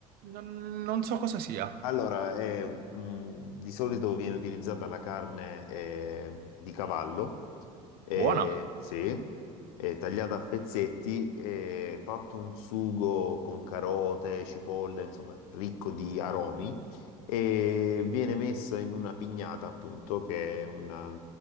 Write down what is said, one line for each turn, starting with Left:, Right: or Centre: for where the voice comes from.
Right: Non, non so cosa sia.
Left: Allora, è, mh, di solito viene utilizzata la carne eh, di cavallo, eh,
Right: Buona.
Left: sì, è tagliata a pezzetti, è fatto un sugo con carote, cipolle, insomma, ricco di aromi e viene messa in una pignata, appunto, che è una